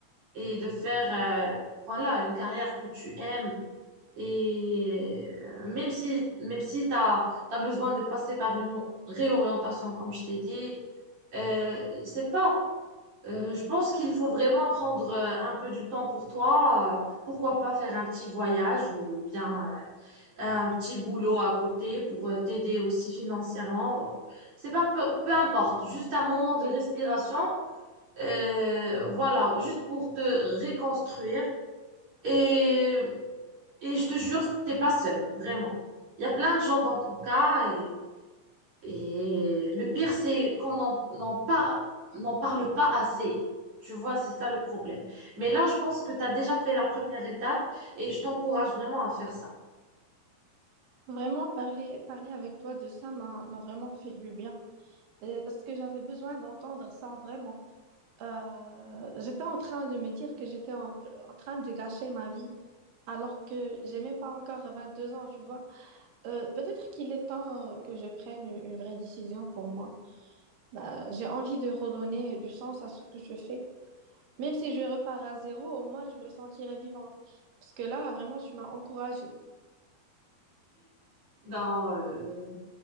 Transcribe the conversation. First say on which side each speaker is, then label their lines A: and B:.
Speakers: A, on the right; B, on the right.
A: et de faire, euh, voilà, une carrière que tu aimes. Et euh, même si, même si tu as, besoin de passer par une o- réorientation, comme je t'ai dit, euh, c'est pas. euh, je pense qu'il faut vraiment prendre euh, un peu du temps pour toi. euh, pourquoi pas faire un petit voyage ou bien euh, un petit boulot à côté pour euh, t'aider aussi financièrement. C'est pas peu, peu importe, juste un moment de respiration, euh, voilà, juste pour te reconstruire. Et, et je te jure, t'es pas seul, vraiment. Il y a plein de gens dans ton cas et, et le pire, c'est qu'on n'en n'en par- n'en parle pas assez. Tu vois, c'est ça le problème. Mais là, je pense que tu as déjà fait la première étape et je t'encourage vraiment à faire ça.
B: Vraiment, parler, parler avec toi de ça m'a m'a vraiment fait du bien. Euh, parce que j'avais besoin d'entendre ça, vraiment. Euh, j'étais en train de me dire que j'étais en en train de gâcher ma vie Alors que j'ai même pas encore 22 ans, tu vois. Euh, peut-être qu'il est temps euh, que je prenne une une vraie décision pour moi. Bah, j'ai envie de redonner du sens à ce que je fais. Même si je repars à zéro, au moins je me sentirai vivante. Parce que là, vraiment, tu m'as encouragée.
A: dans, euh,